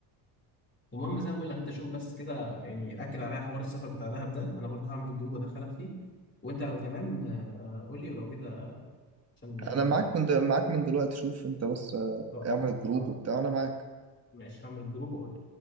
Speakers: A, on the left; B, on the right.
A: المهم زي ما بقول لك انت شوف بس كده يعني اكد عليا حوار السفر بتاع دهب ده انا برضو هعمل الجروب ادخلك فيه وانت لو تمام آه، قول لي ولو كده عشان
B: أنا
A: نطلع
B: معاك
A: مع بعض
B: من د... معاك من دلوقتي شوف أنت بس آه،
A: خلاص
B: اعمل جروب
A: خلاص
B: وبتاع وأنا معاك
A: ماشي هعمل الجروب واقول